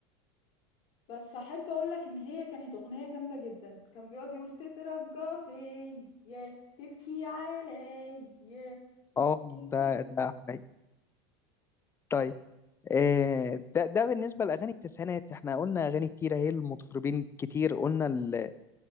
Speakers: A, on the left (about 50°); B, on the left (about 20°).
A: بس أحب أقولك إن هي كانت أغنية جامدة جدا كان بيقعد يقول تترجى فيا تبكي عليا مش
B: اه
A: ممكن
B: ده ده حقيقي. طيب آه، ده ده بالنسبه لاغاني التسعينات احنا قلنا اغاني كتيره هي المطربين كتير قلنا ال...